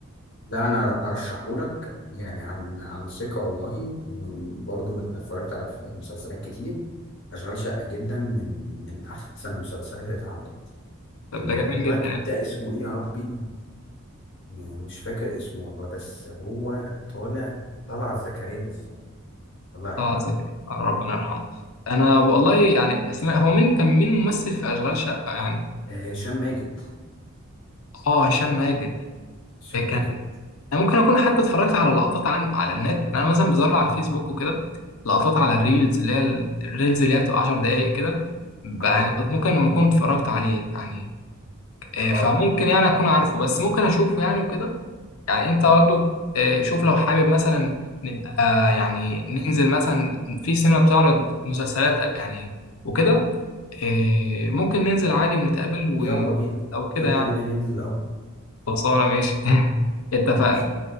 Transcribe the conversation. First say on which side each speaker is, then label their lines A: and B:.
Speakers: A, on the left; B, on the left.
A: لا انا ارشحهولك يعني عن عن ثقه والله من برضه من اتفرجت على مسلسلات كتير اشغال شقه جدا من من احسن المسلسلات اللي اتعملت
B: طب
A: ال-
B: ده جميل
A: الولد
B: جدا
A: الجديد
B: يعني
A: ده اسمه ايه يا ربي م- مش فاكر اسمه والله بس هو طالع طلعت زكريا بالظبط الله يرحمه
B: طه زكي آه، ربنا يرحمه انا والله يعني اسماء هو مين كان مين ممثل في اشغال شقه يعني
A: آه، هشام ماجد
B: اه هشام ماجد
A: هشام
B: آه، كان
A: ماجد
B: انا ممكن اكون حتى اتفرجت على لقطات عن على النت يعني انا مثلا بزرع على الفيسبوك وكده لقطات على الريلز اللي هي ال- الريلز اللي هي بتبقى 10 دقائق كده ب- يعني
A: اه
B: ممكن ما كنت اتفرجت عليه يعني آه،
A: اه
B: فممكن يعني اكون عارفه بس ممكن اشوفه يعني وكده يعني انت برضه آه، شوف لو حابب مثلا نبقى يعني ننزل مثلا في سينما بتعرض مسلسلات أب- يعني وكده آه، ممكن ننزل عادي ونتقابل و-
A: يلا بينا
B: او كده
A: يلا
B: يعني
A: بينا ننزل الاول
B: خلصانه ماشي <laughs> اتفقنا
A: ماشي